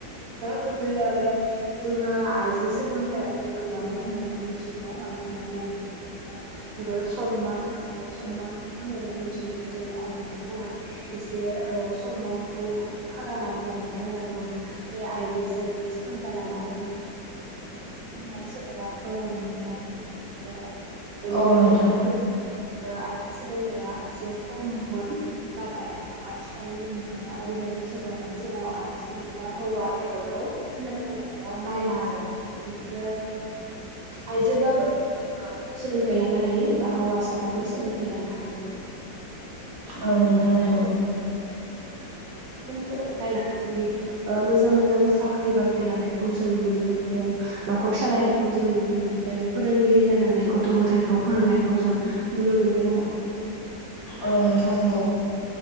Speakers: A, on the right (about 70°); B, on the left (about 15°).
A: गोदो आरो जोंहा आइजो सोलोंथाइाबो गैयामोन होननानै मिथिगौ मानो होनना बुंङोब्ला गोदोथ' जोबोर सनमान होन- सनमान होननानै मिथियो मोन जेरै आइजोफोरखौहाय एसे ओ सनमानखौ खालामामोन आरो मानो होनना बुंङोब्ला बे आइजोसो बे सोलोंथाइ लानानै मा खालामो होन्नाय सोदोबा दंङमोन आरो। बेनिखायनो
B: औ नोंथां औ नोंथां
A: आरो ओ आइजो सोलोंथाइया एसे खममोन नाथाय आथिखालनि मुगाया ओरैबायदि जौगाबाय जेराव आइजो बा हौवा बेफोरखौ सोलोंथाइ लानायाव नायला आरो बिदिनो आइजो बा बो। सोलोंथाइ लानो हायो बा हौवासाबाबो सोलोंथाय लानो हायो।
B: औ नोंथां नंगौ।
A: सोलोंथाइ लानानै ओ मोजां मोजां साख्रि बाख्रि लानायखौ जों नुनो मोनदों। न'खर सालायनायखौ जों नुनो मोनदों फोरोंगिरि जानानै गथ' गथायखौ फोरोंनायखौ जों नु नुनो मोनदों आरो।
B: औ नोंथां नंगौ।